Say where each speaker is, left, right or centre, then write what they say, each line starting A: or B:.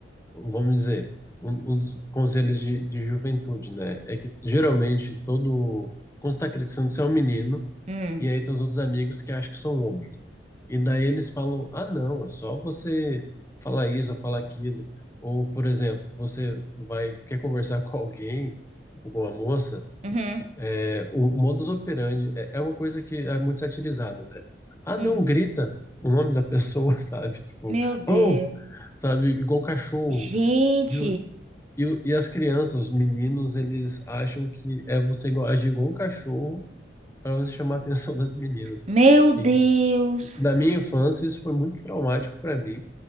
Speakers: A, on the left (about 15°); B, on the right (about 35°).
A: vamos dizer, um, uns conselhos de, de juventude, né? É que geralmente todo. Quando você tá crescendo, você é um menino,
B: Hum,
A: e aí tem os outros amigos que acham que são homens. E daí eles falam: ah, não, é só você falar isso ou falar aquilo. Ou, por exemplo, você vai, quer conversar com alguém, com a moça,
B: uhum,
A: é, o modus operandi é, é uma coisa que é muito satirizada, né? Ah,
B: uhum.
A: não, grita o nome da pessoa, <laughs> sabe? Tipo,
B: Meu Deus.
A: oh! Sabe? Igual cachorro.
B: Gente,
A: E, o- e, o- e as crianças, os meninos, eles acham que é você igual- agir igual um cachorro para você chamar a atenção <laughs> das meninas.
B: meu Deus.
A: E na minha infância, isso foi muito traumático para mim,